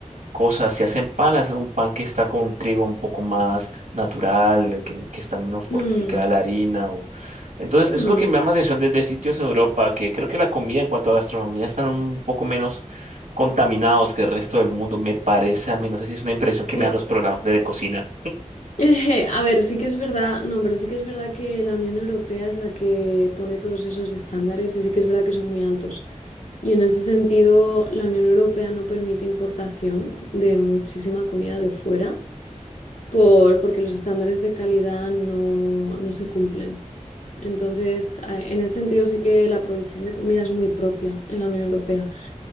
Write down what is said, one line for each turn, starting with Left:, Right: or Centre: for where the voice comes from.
Right: cosas, si hacen pan, hacen un pan que está con trigo un poco más natural, eh, que, que está menos fortificada
Left: Mm,
Right: la harina. o- Entonces,
Left: mm.
Right: eso es lo que me llama la atención desde sitios en Europa, que creo que la comida en cuanto a gastronomía están un poco menos contaminados que el resto del mundo, me parece a mí, no sé si es
Left: Sí.
Right: una impresión que me dan los programas de cocina.
Left: <laughs> A ver, sí que es verdad, no, pero sí que es verdad que la Unión Europea es la que pone todos esos estándares y sí que es verdad que son muy altos. Y en ese sentido, la Unión Europea no permite importación de muchísima comida de fuera por, porque los estándares de calidad no, no se cumplen. Entonces, eh, en ese sentido sí que la producción de comida es muy propia en la Unión Europea.